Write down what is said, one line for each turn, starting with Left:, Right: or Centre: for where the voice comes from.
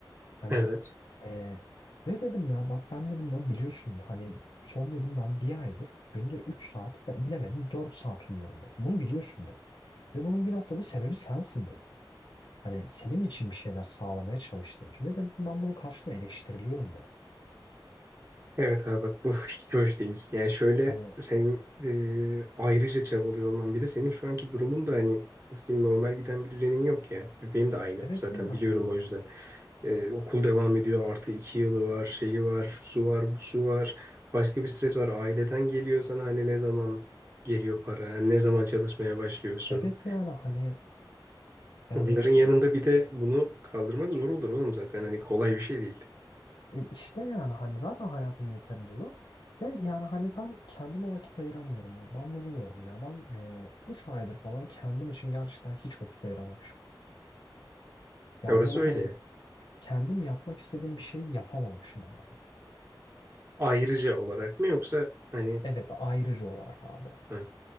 Left: Hani
Right: Evet.
Left: e, ve dedim ya bak ben dedim ya biliyorsun hani son dedim ben bir aydır günde 3 saat be- bilemedim 4 saat uyuyorum dedim. Bunu biliyorsun dedim. Ve bunun bir noktada sebebi sensin dedim. Hani senin için bir şeyler sağlamaya çalıştığım için. Ve dedim ben bunun karşına eleştiriliyorum dedim.
Right: Evet abi bak bu <laughs> fikir hoş değil. Yani şöyle
Left: Hani
Right: senin e, ayrıca çabalıyor olman bir de senin şu anki durumun da hani nasıl diyeyim normal giden bir düzenin yok ya. Benim de aynı
Left: evet
Right: zaten
Left: yani
Right: biliyorum
Left: hani
Right: o yüzden. Ee, okul devam ediyor. Artı iki yılı var, şeyi var, şusu var, busu var. Başka bir stres var. Aileden geliyor sana hani ne zaman geliyor para, hani ne zaman çalışmaya başlıyorsun.
Left: evet yani hani yani
Right: Bunların yanında bir de bunu kaldırmak zor olur oğlum zaten. Hani kolay bir şey değil.
Left: E işte yani hani zaten hayatım yeterince zor. Ve yani hani ben kendime vakit ayıramıyorum abi. Ben bunu gördüm ya. Ben e, 3 aydır falan kendim için gerçekten hiç vakit ayıramamışım. Ya
Right: Ya Orası
Left: böyle hani
Right: öyle.
Left: kendim yapmak istediğim bir şey yapamamışım abi.
Right: Ayrıca olarak mı yoksa hani
Left: Evet ayrıcı olarak abi.
Right: ha,